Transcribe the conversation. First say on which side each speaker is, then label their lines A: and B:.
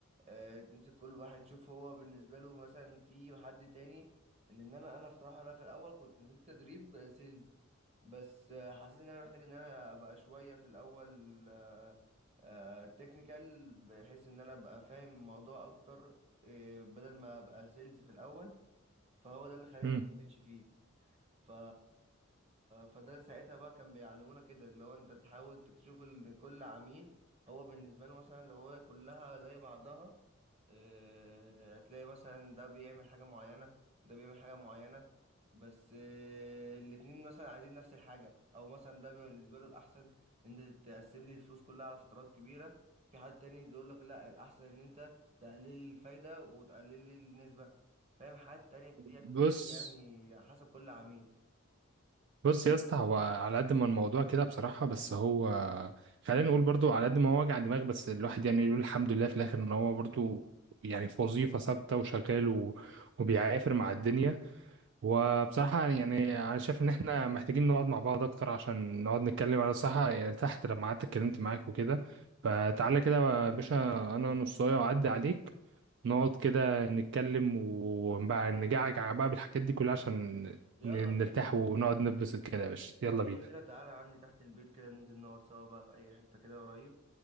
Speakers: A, on the right; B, on the right.
A: آه، تمسك كل واحد تشوف هو بالنسبة له مثلا في حد تاني لأن أنا أنا بصراحة أنا في الأول كنت نزلت تدريب آه، سيلز بس آه، حسيت إن أنا محتاج إن أنا أبقى شوية في الأول آه، آه، تكنيكال بحيث إن أنا أبقى فاهم الموضوع أكتر آه، بدل ما أبقى سيلز في الأول فهو ده اللي خلاني
B: مم.
A: مكملش فيه ف... فده ساعتها بقى كان بيعلمونا كده اللي هو أنت تحاول تشوف إن كل عميل هو بالنسبة له مثلا لو هو كلها زي بعضها آه، هتلاقي مثلا ده بيعمل حاجة معينة ده بيعمل حاجة معينة بس آه، الاتنين مثلا عايزين نفس الحاجة أو مثلا ده بيبقى بالنسبة له الأحسن إن أنت تقسم لي الفلوس كلها على فترات كبيرة في حد تاني يقول لك لا الأحسن إن أنت تقلل لي الفايدة وتقلل لي النسبة فاهم حاجات تانية كتير
B: بص
A: كتير يعني حسب كل عميل
B: بص يا اسطى هو على قد ما الموضوع كده بصراحة بس هو خلينا نقول برضو على قد ما هو وجع دماغ بس الواحد يعني يقول الحمد لله في الآخر إن هو برضو يعني في وظيفة ثابتة وشغال و- وبيعافر مع الدنيا وبصراحة يعني أنا شايف إن إحنا محتاجين نقعد مع بعض أكتر عشان نقعد نتكلم على الصحة يعني تحت لما قعدت اتكلمت معاك وكده فتعالى كده يا باشا أنا نصاية وأعدي عليك نقعد كده نتكلم وبقى نجعجع بقى بالحاجات دي كلها عشان
A: يلا
B: ن-
A: بينا
B: نرتاح ونقعد نتبسط كده يا باشا يلا
A: يلا
B: بينا
A: بينا تعالى عندي تحت البيت كده ننزل نقعد سوا بقى في أي حتة كده قريب